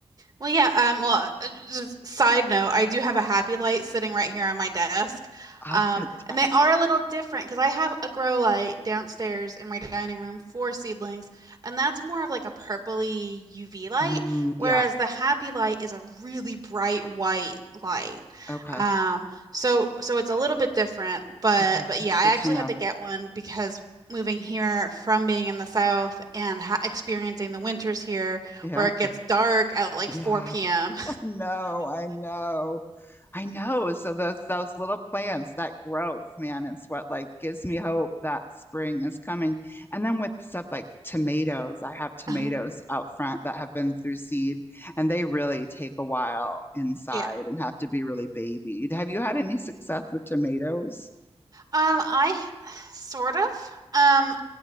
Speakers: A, on the right (about 35°); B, on the left (about 20°).
A: Well, yeah, um, well, uh, just side note, I do have a Happy Light sitting right here on my desk.
B: Ah,
A: Um,
B: <laughs> fantastic.
A: and they are a little different because I have a grow light downstairs in my dining room for seedlings, and that's more of like a purpley UV light,
B: Mm,
A: whereas
B: yeah.
A: the Happy Light is a really bright white light.
B: Okay.
A: Um, so so it's a little bit different, but
B: Okay.
A: but
B: That's
A: yeah,
B: good
A: I actually
B: to know.
A: had to get one because moving here from being in the South and ha experiencing the winters here
B: Yeah.
A: where it gets dark at like
B: Yeah.
A: 4 p.m.
B: No, I know. I know. So those those little plants, that growth, man, it's what like gives me hope that spring is coming. And then with stuff like tomatoes, I have tomatoes
A: <laughs>
B: out front that have been through seed, and they really take a while inside
A: Yeah.
B: and have to be really babied. Have you had any success with tomatoes?
A: Um, I <sighs> sort of. Um,